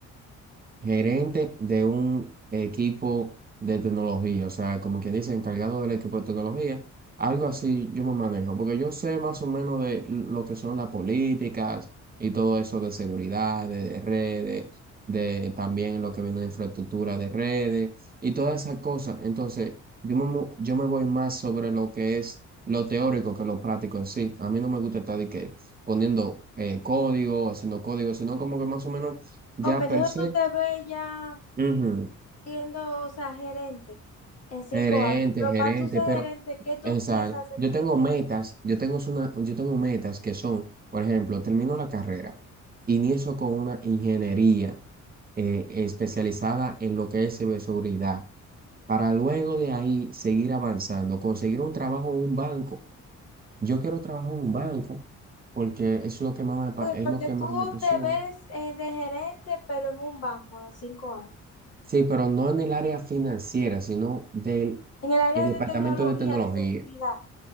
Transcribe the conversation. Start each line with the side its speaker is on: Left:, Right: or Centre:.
Right: gerente de un equipo de tecnología, o sea, como quien dice, encargado del equipo de tecnología, algo así yo me manejo, porque yo sé más o menos de lo que son las políticas y todo eso de seguridad, de, de redes, de también lo que viene de infraestructura de redes y todas esas cosas. Entonces, yo me, mo- yo me voy más sobre lo que es lo teórico que lo práctico en sí. A mí no me gusta estar de que poniendo eh, código, haciendo código, sino como que más o menos ya
Left: Ok, entonces
Right: per se.
Left: tú te ves ya
Right: Ujú.
Left: siendo, o sea, gerente en cinco
Right: Gerente,
Left: años. Pero
Right: gerente,
Left: para tú ser
Right: pero
Left: gerente, ¿qué tú
Right: exacto.
Left: piensas hacer
Right: Yo tengo
Left: primero?
Right: metas, yo tengo una, yo tengo metas que son, por ejemplo, termino la carrera, inicio con una ingeniería eh, especializada en lo que es ciberseguridad, para luego de ahí seguir avanzando, conseguir un trabajo en un banco. Yo quiero trabajar en un banco porque es lo que más me, apa-
Left: Ok,
Right: es
Left: porque
Right: lo que
Left: tú
Right: más me apasiona.
Left: te ves eh, de gerente, pero en un banco a cinco años.
Right: Sí, pero no en el área financiera, sino del
Left: En el área
Right: el departamento
Left: de tecnología,
Right: de tecnología.
Left: de seguridad.